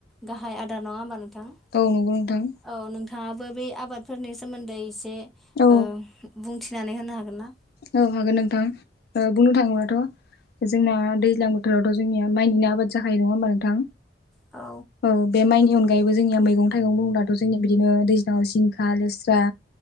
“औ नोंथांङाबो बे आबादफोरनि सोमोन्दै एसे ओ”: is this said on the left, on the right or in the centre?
Centre